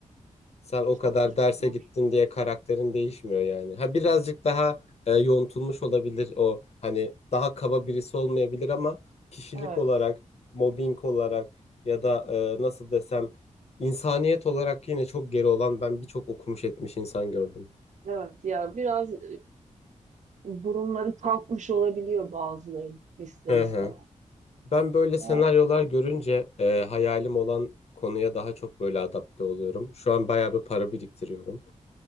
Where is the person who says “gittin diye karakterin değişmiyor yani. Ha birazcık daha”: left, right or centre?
Left